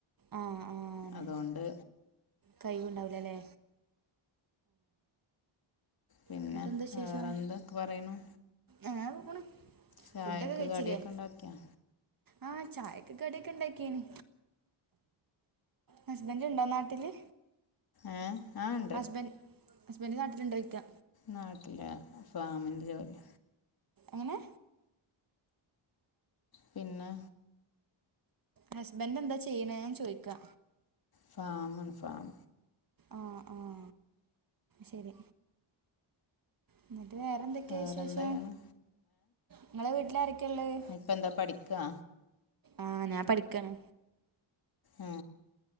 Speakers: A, on the right; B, on the left.
A: ആഹ ആഹ
B: അതോണ്ട്
A: കൈയ്യ്ണ്ടാവൂ ല ലേ
B: പിന്നെ
A: എന്നിട്ട എന്താ വിശേഷം
B: വേറെന്തൊക്കെ പറയണു
A: അങ്ങനെ പോണ്
B: ചായക്ക്
A: ഫുഡൊക്കെ കഴിച്ചില്ലേ
B: കടിയൊക്കെ ഉണ്ടാക്കിയോ
A: ആഹ ചായൊക്കെ കടിയൊക്കെ ഇണ്ടാക്കിന്ന് ഹസ്ബന്റ് ഇണ്ടോ നാട്ടില്
B: ഏഹ് ആ ഇൻ
A: ഹസ്ബൻഡ് ഹസ്ബൻഡ് നാട്ടിലുണ്ടോ ചോയ്ക്കാ
B: നാട്ടിലെ ഫാമിന്റെ ജോലി.
A: എങ്ങനെ
B: പിന്നെ
A: ഹസ്ബൻഡ് എന്താ ചെയ്യണ്ന്ന് ചോയിക്കാ
B: ഫാം ആണ് ഫാം
A: ആഹാ ആഹാ ശരി ഇന്നിട്ട് വേറെ എന്തൊക്കെ
B: വേറെന്താ
A: വിശേഷം
B: ചെയ്യണെ
A: ഇങ്ങളെ വീട്ടില് ആരൊക്കെ ഉള്ളത്
B: ഇപ്പ എന്താ പഠിക്കാ
A: ആഹ് ഞാൻ പഠിക്കാണ്
B: ആ